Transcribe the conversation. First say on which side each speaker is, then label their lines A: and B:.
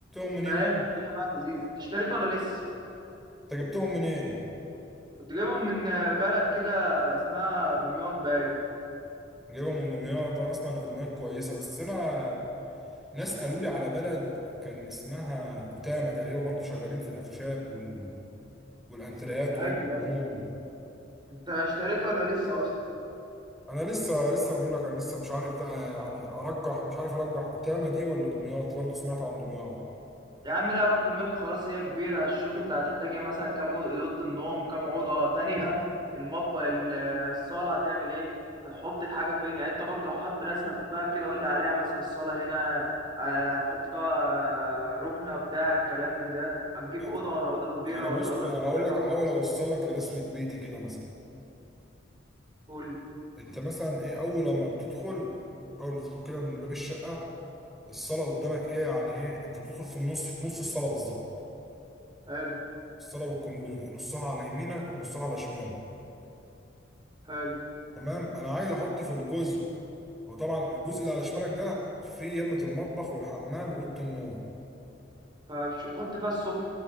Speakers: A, in the centre; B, on the right.
A: جبتهم منين
B: فاهم
A: بقى؟
B: فالدنيا معايا لذيذ انت اشتريته ولا لسه
A: انت جبتهم منين؟
B: كنت جايبهم من بلد كده اسمها دمياط باين
A: جايبهم من دمياط انا اسمع ان في دمياط كويسه بس انا ناس قالوا لي على بلد كان اسمها كتامه تقريبا برضو شغالين في الاخشاب وال... والانتريات
B: ايوه
A: واوض النوم
B: ايوه انت اشتريته ولا لسه اصلا
A: انا لسه لسه بقول لك انا لسه مش عارف بقى يعني ارجح مش عارف ارجح كتامه دي ولا دمياط برضو سمعت عن دمياط
B: يا عم لا روح دمياط وخلاص هي كبيرة هتشوف انت هتحتاج ايه مثلا كام أو- اوضة النوم كام أوضة تانية المطبخ ال- الصالة هتعمل ايه هتحط الحاجة فين يعني انت برضه لو حاطط رسمة في دماغك كده قول لي عليها مثلا الصالة هنا آه، هتحط بقى آه، ركنة بتاع الكلام من ده هتجيب
A: يعني
B: أوضة أوضة كبيرة
A: يعني
B: ولا
A: بص
B: أوضة
A: انا
B: صغيرة
A: هقول لك احاول اوصلك لرسمه بيتي كده مثلا
B: قول
A: انت مثلا ايه اول لما بتدخل اول ما بتدخل كده من باب الشقه الصلاة قدامك ايه يعني ايه انت بتدخل في النص في نص الصلاة بالظبط
B: حلو
A: الصلاة بتكون جزء نصها على يمينك ونصها على شمالك
B: حلو
A: تمام انا عايز احط في الجزء وطبعا الجزء اللي على شمالك ده فيه يمة المطبخ والحمام وأوضة النوم
B: فحط فيها السفرة